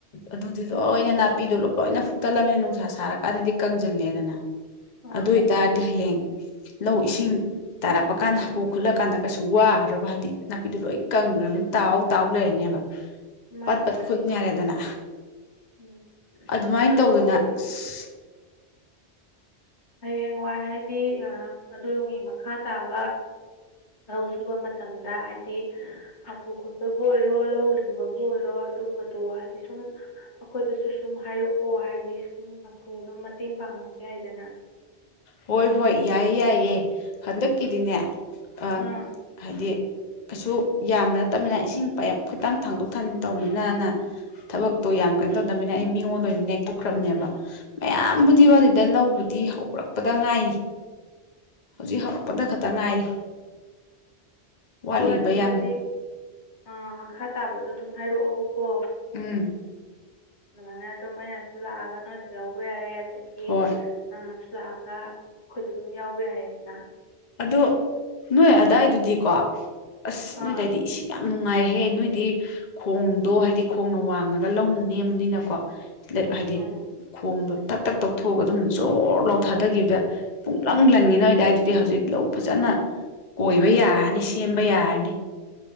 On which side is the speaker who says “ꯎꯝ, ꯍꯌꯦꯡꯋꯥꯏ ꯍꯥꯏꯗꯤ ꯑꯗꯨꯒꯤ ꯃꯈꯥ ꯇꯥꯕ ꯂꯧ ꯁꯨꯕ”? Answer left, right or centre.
Left